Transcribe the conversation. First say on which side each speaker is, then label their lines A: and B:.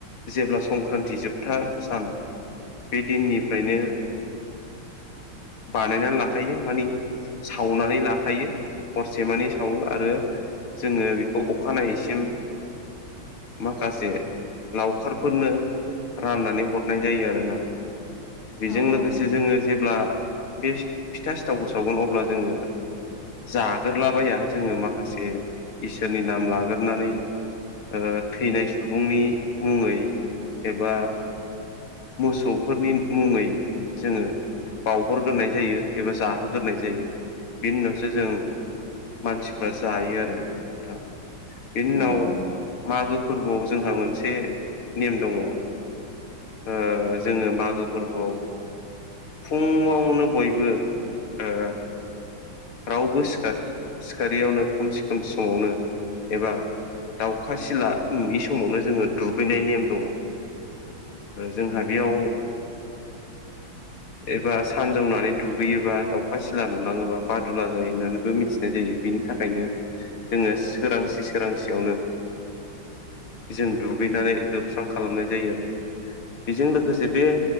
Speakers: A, on the left (about 80°); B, on the left (about 60°).
A: जेब्ला संक्रान्ति जोबथा सान बे दिननिफ्रायनो बानायनानै लाखायो माने सावनानै लाखायो। हरसेमानि सावो आरो जोंङो बेखौ अखानायैसिम माखासे लावखारफोरनो राननानै हरनाय जायो आरोना। बेजों
B: औ औ
A: लोगोसे जोङो जेब्ला बे फिथा सिथावखौ सावगोन अब्ला जोङो जागोरलाबाया जोङो माखासे इसोरनि नाम लागोरनानै ओ थैनाय सुबुंनि मुङै एबा मोसौफोरनि मुङै जोङो बावहरगोरनाय जायो। एबा जाहोगोरनाय जायो बेनि उनावसो जों मानसिफ्रा जायो आरो। <unintelligible> बेनि उनाव
B: औ औ।
A: मागो फोर्बोआव जोंहा मोनसे नेम दङ ओ जोङो मागो फोर्बोआव फुङावनो बयबो ओ रावबो सिखारयावनो खोम सि खोम समावनो एबा दाउखा सिला नुयि समावनो जोङो दुगैनाय नेम दङ। जोंहा बेयाव एबा सानजौनानै दुगैयोबा दाखा सिला नुलाङोबा दुला जायो होननानैबो मिथिनाय जायो बिनि थाखायनो जोङो सोरांसि सोरांसियावनो। जों दुगैनानै लोबस्रां खालामनाय जायो आरो। बेजों लोगोसे बे